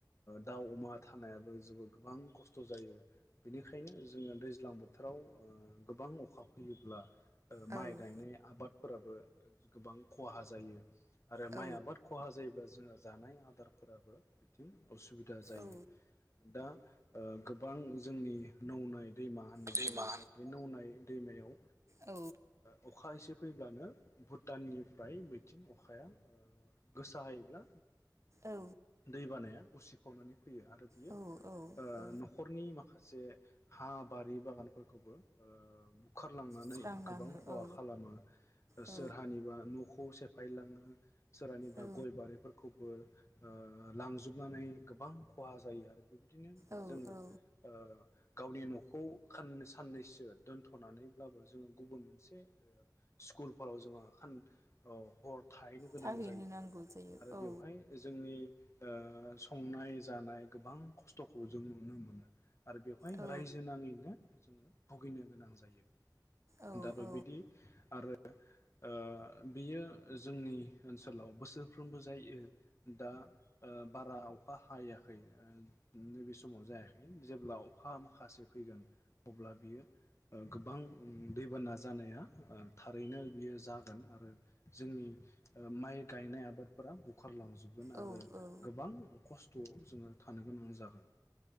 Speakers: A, on the left (about 40°); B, on the right (about 40°).
A: दाउ अमा थानायाबो जोबोद गोबां खस्थ' जायो बेनिखायनो जोङो दैज्लां बोथ बोथोराव ओ गोबां अखा फैयोब्ला ओ
B: औ
A: माइ गायनाय आबादफोराबो गोबां खहा जायो आरो माइ
B: औ
A: आबाद खहा जायोब्ला जोंहा जानाय आदारफोराबो बिथिं उसुबिदा जायो
B: औ
A: दा ओ गो गोबां जोंनि नौनाय दैमा होनना
B: दैमा
A: बुङो बे नौनाय दैमायाव
B: औ
A: ओ अखा एसे फैब्लानो भुटाननिफ्राय बैथिं अखाया ओ गोसाहायोब्ला
B: औ
A: दै बानाया उसिफावनानै फैयो आरो बियो
B: औ
A: ओ
B: औ
A: न'खरनि माखासे हा बारि बागानफोरखौबो ओ बुखारलांनानै
B: सुस्रांलाङो
A: गोबां खहा
B: औ
A: सोर
B: औ
A: हानिबा न'खौ सेफायलाङो सोरहानिबा
B: औ
A: गय बारिफोरखौबो ओ लांजोबनानै गोबां खहा जायो आरो बे बिदिनो
B: औ
A: जोङो
B: औ
A: ओ गावनि न'खौ खाननै साननैसो दोनथ'नानैब्लाबो जोङो गुबुन मोनसे स्कुलफोराव जोङो खान ओ हर थाहैनो गोनां
B: थाहैनो
A: जायो
B: नांगौ जायो
A: आरो
B: औ
A: बेवहाय जोंनि ओ संनाय जानाय गोबां खस्थ'खौ जों नुनो मोनो। आरो बेवहाय
B: औ
A: रायजो नाङैनो जोङो। भुगिनो गोनां जायो।
B: औ
A: दाबो
B: औ
A: बिदि। आरो ओ बेयो जोंनि ओनसोलाव बोसोरफ्रोमबो जायो दा ओ बारा अखा हायाखै नैबे समाव जायाखै जेब्ला अखा अखा माखासे फैगोन अब्ला बियो ओ। गोबां उ दैबाना जानाया। ओ थारैनो बियो जागोन आरो। जोंनि ओ माइ गायनाय आबा फोरा बुखारलांजोबगोन आरो
B: औ औ
A: गोबां खस्थ'आव जोङो। थानो गोनां जागोन।